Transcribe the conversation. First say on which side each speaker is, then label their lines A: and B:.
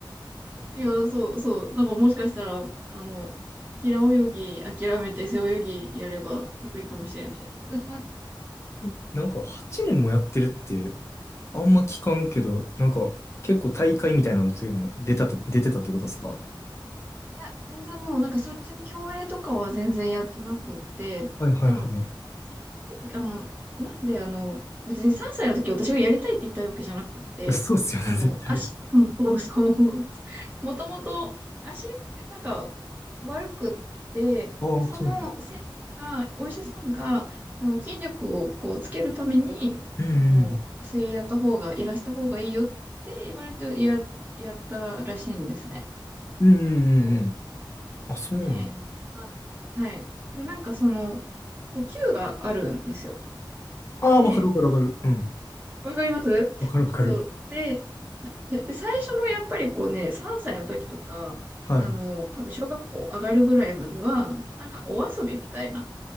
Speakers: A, on the right; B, on the left.
A: いや、そうそう。なんかもしかしたら、あの、平泳ぎ諦めて背泳ぎやれば得意かもしれないです。
B: えなんか8年もやってるって、あんま聞かんけど、なんか結構大会みたいなのつも出たと、出てたってことですか
A: いや、全然もうなんかそっちの競泳とかは全然やってなくって、
B: はいはいは
A: でも、ちっちゃい時、あの、なんであの、別に3歳の時私がやりたいって言ったわけじゃなくって、
B: い。そうっすよね、
A: あの、
B: 絶対。
A: 足も、もうそう、<laughs> もともと足、なんか悪くって、
B: ああ、
A: で、その先生が、
B: そうね。
A: お医者さんが、その筋力をこうつけるために、
B: うんうん。
A: あの、水泳やった方が、いらした方がいいよって言われてや、やったらしいんですね。
B: うんうんうんうん。
A: そう
B: あ、そうなの
A: で、あはい。で、なんかその、こう、球があるんですよ。
B: ああ、
A: で、
B: わかるわかるわかる。うん。
A: わかりますそう。
B: わかるわかる。
A: で、<laughs> で、最初のやっぱりこうね、3歳の時とか、
B: は
A: あの、多分小学校上がるぐらいまでは、なんかお遊びみたいな。